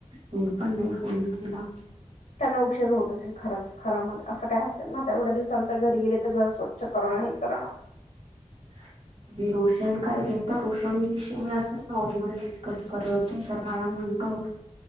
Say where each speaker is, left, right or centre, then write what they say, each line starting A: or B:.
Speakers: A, on the right (about 50°); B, on the left (about 75°).
A: मी पण नाही फोन केला.
B: त्यांना उशीर होत असेल खरंच घरामध्ये असं काय असेल ना आता एवढ्या दिवसांंन तर घरी गेले तर घर स्व स्वच्छ करणं हे करणं.
A: <inaudible> मी रोशन काल घेत रोशन विषयी मी असं नॉर्मल डिस्कस करत होते तर मला म्हणतो